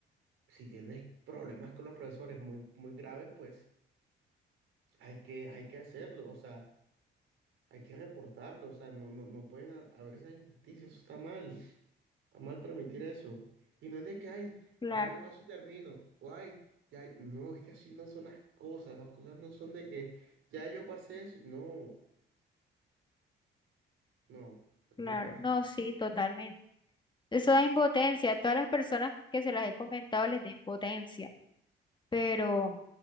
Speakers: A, on the right (about 80°); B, on the left (about 25°).
A: si tienes problemas con los profesores muy, muy graves, pues hay que, hay que hacerlo. O sea, hay que reportarlo, o sea, no, no, no pueden ha- haber esa injusticia, eso está mal, está mal permitir eso. Y no es de que, ay,
B: claro,
A: ya yo casi termino, o ay, ya, no, es que así no son las cosas, las cosas no son de que ya yo pasé eso, no, no, definitivamente.
B: claro. No, sí, totalmente. Eso da impotencia. A todas las personas que se las he comentado les da impotencia. Pero